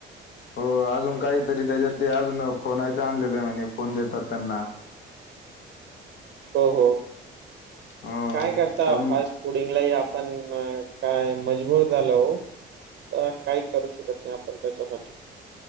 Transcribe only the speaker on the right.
हो हो हो
काय करता,
फास्ट फुडिंगलाही आपण काय मजबूर झालो हो. <unintelligible> काही करू शकत नाही आपण त्याच्यासाठी.